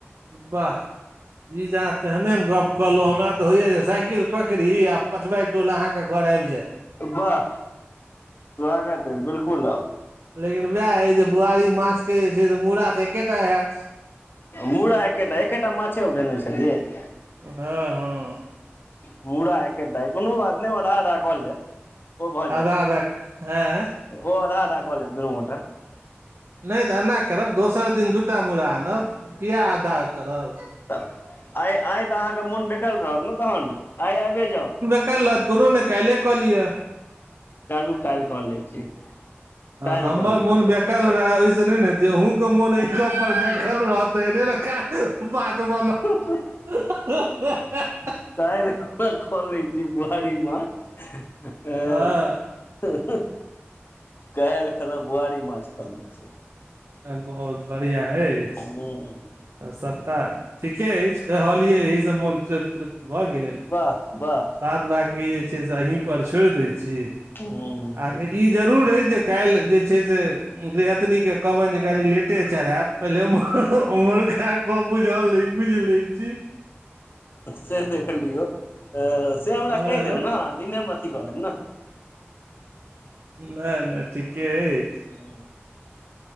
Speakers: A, on the right; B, on the left.
A: वाह, ई जा, तेहने गप कहलहुँ हमरा तऽ। तऽ होइए जे साइकिल पकड़ि आ पचवई टोल अहाँके घर आबि जाय।
B: वाह, स्वागत अछि, बिल्कूल।
A: लेकिन उएह हइ जे बुआरी माछके जे छै से मूड़ा तऽ एकेटा हेत।
B: मूड़ा एकेटा एकेटा माछे उठेने छल जे। हँ,
A: हँ हँ
B: मूड़ा एकेटा यऽ, कोनो बात नहि, आधा-आधा कऽ लेब। ओ भऽ जायत
A: आधा आधाख ऐं
B: ओ आधा आधा कऽ लेब दुनू गोटा
A: नै तऽ एना करब दोसर दिन दूटा मुड़ा आनब किया आधा करब
B: तऽ आइ आइ तऽ अहाँके मोन बेकल रहत ने तहन आइ आइबे जाउ
A: काल्हि हेतऽ कोनो नै काल्हिये कऽ लिय
B: चलू काल्हि कऽ लै छी काल्हि
A: हमर
B: कऽ लै
A: मोन
B: छी
A: बेकल रहे ओहिस नहि नेे जेे अहुँके मोन एहि गप पर बेकल रहत इ नै ने का <unintelligible> बात बनत
B: <unintelligible>
A: हं हं हं हं <inaudible>
B: काल्हि खुमा क लैछी बुआरी माछ ऐं
A: हँ
B: हुं हुं काल्हि खना बुआरी माछ क लै छी
A: बहुत बढ़ियाँ अछि
B: हूंम्म
A: आ सबटा ठीके अछि कहलियै एहिसँ मोन तृप्त तृप्त भऽ गेल
B: वाह वाह
A: बाद बाकी जे छै से अहीं पर छोड़ि दै छी
B: हूंम्म
A: आ ई जरूर अइ जे काल्हि जे छै से गिरहतनीके कहबनि जे कनि लेटे चढ़ैत पहिले <unintelligible> ओम्हरो इहे कप बुझल रहै बुझि लै छै
B: से देख लियौ से हमरा
A: हँ
B: कहि देब ने दिनेमे अथी कऽ लेब ने
A: नै नै ठीके अछि
B: हू